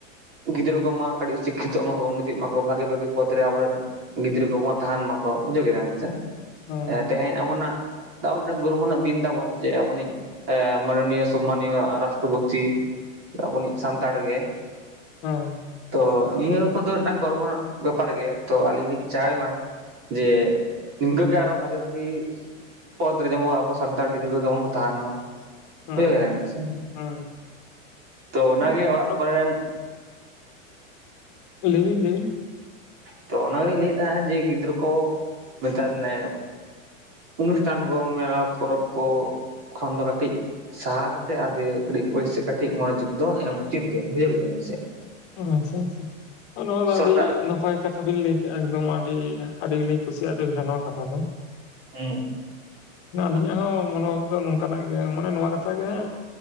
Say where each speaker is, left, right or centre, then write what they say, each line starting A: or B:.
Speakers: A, on the right (about 35°); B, on the left (about 35°).
A: ᱜᱤᱫᱽᱨᱟᱹ ᱠᱚᱢᱟ ᱠᱟᱹᱴᱤᱡ ᱥᱤᱠᱠᱷᱤᱛᱚᱜ ᱢᱟ ᱠᱚ, ᱩᱱᱱᱚᱛᱤᱜ ᱢᱟ ᱠᱚ ᱵᱷᱟᱜᱤ ᱵᱷᱟᱜᱤ ᱯᱚᱫᱽ ᱨᱮ ᱟᱵᱚᱨᱮᱱ᱾ ᱜᱤᱫᱽᱨᱟᱹ ᱠᱚᱢᱟ ᱛᱟᱦᱮᱱ ᱢᱟᱠᱚ ᱵᱩᱡᱷᱟᱹᱣ ᱠᱮᱫᱟᱢ ᱥᱮ,
B: ᱦᱮᱸ
A: ᱛᱮᱦᱮᱧ ᱟᱵᱚᱱᱟᱜ ᱛᱟ ᱳ ᱢᱤᱫᱴᱟᱝ ᱜᱚᱨᱵᱚ ᱨᱮᱱᱟᱜ ᱫᱤᱱ ᱛᱟᱵᱚᱱ, ᱡᱮ ᱟᱵᱚᱱᱤᱡ ᱢᱟᱱᱚᱱᱤᱭᱚ ᱥᱚᱢᱢᱟᱱᱤᱭᱚ ᱨᱟᱥᱴᱨᱚᱯᱚᱛᱤ ᱟᱵᱚᱱᱤᱡ ᱥᱟᱱᱛᱟᱲ ᱜᱮ᱾
B: ᱦᱮᱸ,
A: ᱛᱚ ᱱᱤᱭᱟᱹ ᱠᱚᱫᱚ ᱢᱤᱫᱴᱟᱝ ᱜᱚᱨᱵᱚ ᱨᱮᱱᱟᱜ ᱵᱮᱯᱟᱨ ᱜᱮ, ᱛᱚ ᱟᱹᱞᱤᱧ ᱞᱤᱧ ᱪᱟᱭ ᱢᱟ ᱡᱮ ᱱᱤᱱᱠᱟᱹ ᱜᱮ ᱟᱨᱦᱚ ᱵᱷᱟᱜᱤ ᱵᱷᱟᱜᱤ ᱯᱚᱫ ᱨᱮ, ᱡᱮᱢᱚᱱ ᱟᱵᱚ ᱥᱟᱱᱛᱟᱲ ᱜᱤᱫᱽᱨᱟᱹ ᱠᱚ ᱡᱮᱢᱚᱱ ᱛᱟᱦᱮᱱ ᱢᱟ᱾
B: ᱦᱮᱸ
A: ᱵᱩᱡᱷᱟᱹᱣ ᱠᱮᱫᱟ ᱵᱤᱱ ᱥᱮ,
B: ᱦᱮᱸ
A: ᱛᱚ ᱚᱱᱟᱜᱮ
B: ᱦᱮᱸ
A: ᱚᱲᱟᱜ ᱠᱚᱨᱮᱱ
B: ᱞᱟᱹᱭᱵᱤᱱ ᱞᱟᱹᱭᱵᱤᱱ᱾
A: ᱛᱚ ᱚᱱᱟᱜᱮᱞᱤᱧ ᱞᱟᱹᱭᱮᱫᱟ ᱫᱟ, ᱡᱮ ᱜᱤᱫᱽᱨᱟᱹ ᱠᱚ ᱱᱮᱛᱟᱨ ᱱᱮ ᱚᱱᱩᱥᱴᱷᱟᱱ ᱠᱚ ᱢᱮᱞᱟ ᱯᱚᱨᱚᱵᱽ ᱠᱚ, ᱠᱷᱚᱱ ᱫᱚ ᱠᱟᱹᱴᱤᱡ ᱥᱟᱦᱟ ᱛᱮ ᱟᱫᱚ ᱠᱟᱹᱴᱤᱡ ᱯᱩᱭᱥᱟᱹ ᱠᱟᱹᱴᱤᱡ ᱢᱚᱱᱳᱚᱡᱳᱜᱽ ᱫᱚ, ᱮᱢ ᱩᱪᱤᱛ ᱜᱮ ᱵᱩᱡᱷᱟᱹᱣ ᱠᱮᱫᱟᱵᱮᱱ ᱥᱮ?
B: ᱚ ᱟᱪᱪᱷᱟ, ᱟᱪᱪᱷᱟ, ᱱᱚᱣᱟ ᱫᱚ
A: ᱥᱚᱨᱠᱟᱨ
B: ᱟᱹᱰᱤ ᱱᱟᱯᱟᱭ᱾ ᱠᱟᱛᱷᱟᱵᱤᱱ ᱞᱟᱹᱭ ᱠᱮᱜ-ᱟ, ᱮᱠᱫᱚᱢ ᱟᱹᱰᱤ ᱟᱹᱰᱤ ᱜᱮᱞᱤᱧ ᱠᱩᱥᱤᱭᱟᱜ ᱛᱟᱹᱵᱤᱱᱟ ᱱᱚᱣᱟ ᱾ ᱠᱟᱛᱷᱟ ᱫᱚ᱾
A: ᱦᱩᱸ
B: ᱢᱟᱱᱮ ᱟᱞᱤᱧᱟᱜ ᱦᱚᱸ, ᱢᱚᱱᱳᱵᱷᱟᱵ ᱫᱚ, ᱱᱚᱝᱠᱟᱱᱟᱜ ᱜᱮ ᱢᱟᱱᱮ ᱱᱚᱣᱟ ᱠᱟᱛᱷᱟ ᱜᱮ ᱦᱟᱜ᱾